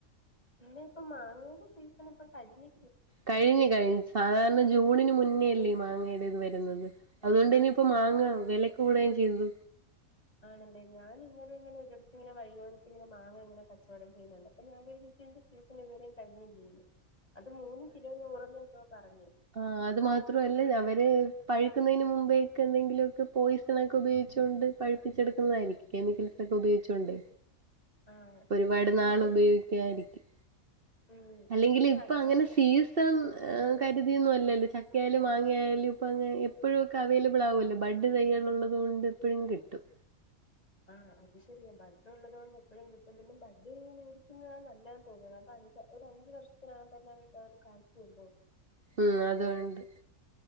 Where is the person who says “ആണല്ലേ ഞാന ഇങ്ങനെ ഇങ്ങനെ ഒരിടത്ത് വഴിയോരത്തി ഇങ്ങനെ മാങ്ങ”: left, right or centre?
Left